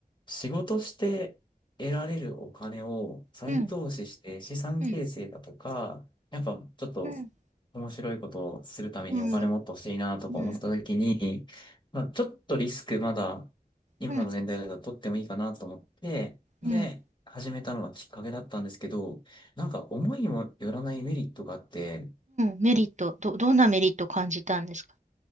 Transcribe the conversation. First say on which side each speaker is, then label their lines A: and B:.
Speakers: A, on the left (about 30°); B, on the right (about 50°).
A: 仕事して得られるお金を再投資して資産形成だとか、
B: うんうん
A: やっぱちょっと
B: うん
A: 面白いことをするためにお金もっと欲しいなとか思った時に、
B: うんうんうん
A: まあ、ちょっとリスクまだ今の年代だと取ってもいいかなと思って、
B: うん
A: で、
B: うん
A: 始めたのがきっかけだったんですけど、なんか思いもよらないメリットがあって、
B: メリットどどんなメリット感じたんですか。